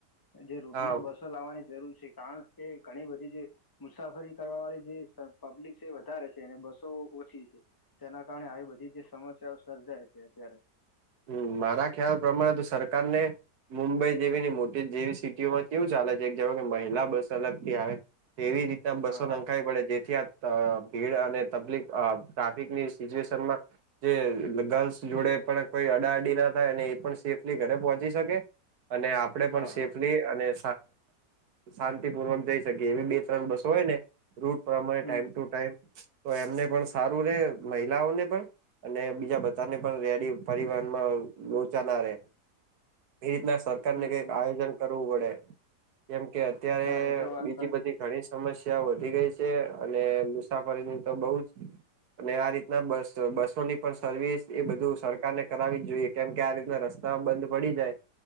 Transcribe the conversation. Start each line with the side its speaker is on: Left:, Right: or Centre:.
Left: જે રૂટમાં
Right: હા
Left: બસો લાવવાની જરૂર છે કારણ કે ઘણી બધી જે મુસાફરી કરવા વાળી જે પબ્લિક છે વધારે છે અને બસો ઓછી છે. તેના કારણે આવી બધી જે સમસ્યાઓ સર્જાય છે અત્યારે.
Right: હમ મારા ખ્યાલ પ્રમાણે તો સરકાર ને મુંબઈ જેવીની મોટી જેવી સિટીઓમાં કેવું ચાલે છે જેવા કે મહિલા બસ અલગથી આવે. એવી રીતના બસો
Left: હા હા
Right: લંખાવી પડે જેથી આ અ ભીડ અને તકલીફ ટ્રાફિકની સિચ્યુએશનમાં. જે ગર્લ્સ જોડે પણ. કોઈ અડા અડી ના થાય અને એ પણ સેફલી ઘરે પહોંચી શકે અને આપ. આપણે પણ
Left: હા
Right: સેફલી અને શાંતિપૂર્વક જઈ શકીએ એવી બે ત્રણ બસો હોય ને. રૂટ પ્રમાણે
Left: હમ
Right: ટાઈમ ટુ ટાઈમ. તો એમને પણ સારું રે મહિલાઓને પણ અને બીજા બધાને પણ રેડી. પરિવહનમાં લોચા ના રહે એ રીતના સરકાર
Left: હમ
Right: ને કઈક
Left: હમ
Right: આયોજન. કરવું પડે જેમ કે અત્યારે
Left: હા એ તો વાત
Right: બીજી
Left: સાચી
Right: બધી
Left: છે
Right: ઘણી. સમસ્યા વધી ગઈ છે અને મુસાફરીની તો બહુ જ. અને આ રીતના બસ બસોની પણ સર્વિસ એ બધું સર. કારને કરાવવી જ જોઈએ કેમ કે આ રીતના રસ્તા બંધ પડી જાય.